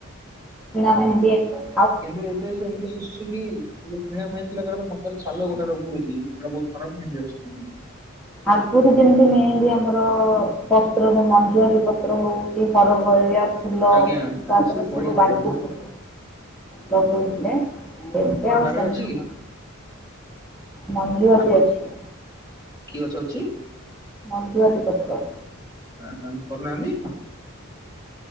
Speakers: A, in the centre; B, on the right.
A: ନାନ ଦୀପ୍
B: କେନ୍ତୁ ଏବେ ସେମିତି ଶି ସି ପି କି? ଯିଏ କିଣା ମେହେନ୍ଦି ଲଗେଇଲା ହାତରେ ଛାଲ ଗୋଟେ ଗୋଟେ ଉପୁଡୁଚି ସେଟା ବହୁତ୍ ଖରାପ ମେହେନ୍ଦି ଆସୁଛି।
A: ଆଗରୁ ଯେମିତି ମେହେନ୍ଦି ଆମର ପତ୍ରରେ ମଞ୍ଜୁ ଆତି ପତ୍ର ପତ୍ର ହଉ କି ହରବରିଆ ଫୁଲ
B: ଆଜ୍ଞା
A: ତା
B: ସେ
A: ପରେ
B: ବଢିଆ
A: ସବୁ
B: ଥିଲା।
A: ବଟି କି ଲଗଉଥିଲେ ଏବେ
B: ଆପଣ
A: ଆଉ
B: ବାରିରେ
A: ସେମେ୍
B: ଅଛି କି?
A: ମଞ୍ଜୁଆତି
B: ଆପଣ
A: ଅଛି।
B: କି ଗଛ ଅଛି?
A: ମଞ୍ଜୁଆତି ପତ୍ର।
B: ହଁ ହଁ କରୁନାହାନ୍ତି।